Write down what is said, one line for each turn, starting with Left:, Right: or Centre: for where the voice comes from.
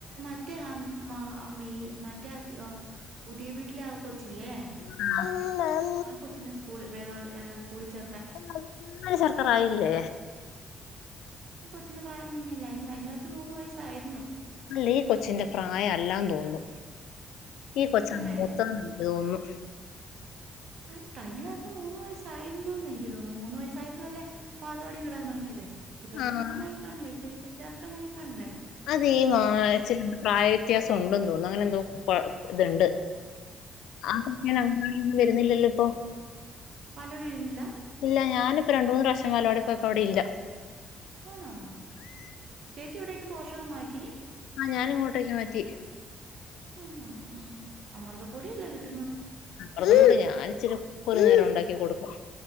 Right: മറ്റേ ആ മ ആ മേ മറ്റേ പുതിയ വീട്ടിലെ ആ കൊച്ചില്ലേ
Left: ആഹ്
Right: ആ കൊച്ചിനെ സ്കൂളി വേദപാഠം സ്കൂളിൽ ചേ
Left: ഒന്നിൽ ചേർക്കറായില്ലേ
Right: അച്ചുവിന്റെ പ്രായം തന്നെയല്ലേ അതിന് കഴിഞ്ഞ പ്രാവശ്യം മൂന്ന് വയസ്സായിരുന്നു
Left: അല്ല ഈ കൊച്ചിന്റെ പ്രായം അല്ലാന്ന് തോന്നുന്നു ഈ കൊച്ചാ
Right: അല്ലേ?
Left: മൂത്തതെന്ന് എനിക്ക് തോന്നുന്നു
Right: ആര് കഴിഞ്ഞ പ്രാവശ്യം മൂന്ന് വയസായിരുന്നുന്ന് എനിക്ക് തോന്നുന്നു മൂന്ന് വയസ്സായപ്പോഴ് അല്ലേ ബാലവാടി വിടാൻ തുടങ്ങിയത് ഇപ്രാവശ്യം
Left: ആഹ്
Right: നാലായിക്കാണല്ലേ ഇപ്പഴേക്ക് ചേർക്കാൻ ആയികാ ണല്ലേ
Left: അത് ഈ ഇച്ചിരെ പ്രായവ്യത്യാസം ഉണ്ടന്ന് തോന്നുന്നു അങ്ങനെ എന്തോ കൊഴ ഇതുണ്ട് ആ കുഞ്ഞിന് അവിടെനൊന്നും വരുന്നില്ലല്ലോ ഇപ്പോ
Right: പാലോടി ഇരുന്നില്ല
Left: ഇല്ല ഞാനിപ്പോ രണ്ട്‌ മൂന്ന് പ്രാവശ്യം ബാലവാടി പോയപ്പോ അവിടെ ഇല്ല
Right: ആണോ ചേച്ചി ഇവിടേക്ക് പോഷകം മാറ്റി
Left: ആഹ് ഞാനും ഇങ്ങോട്ടേക്ക്‌ മാറ്റി
Right: ആഹ് ആഹ് അമൃത പൊടി അല്ലേ കിട്ടു
Left: അതുകൊണ്ട് ഞാൻ ഇച്ചിരി ഒരു നേരം ഉണ്ടാക്കി കൊടുക്കും